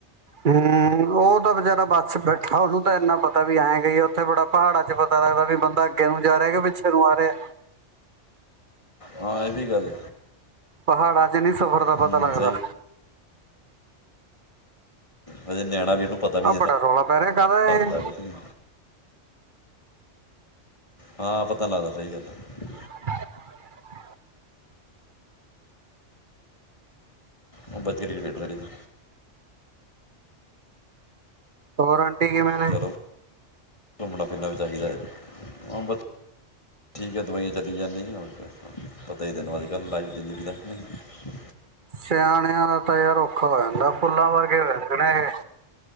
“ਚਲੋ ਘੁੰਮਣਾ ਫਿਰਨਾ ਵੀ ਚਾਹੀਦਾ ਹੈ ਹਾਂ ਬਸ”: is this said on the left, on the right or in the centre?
Left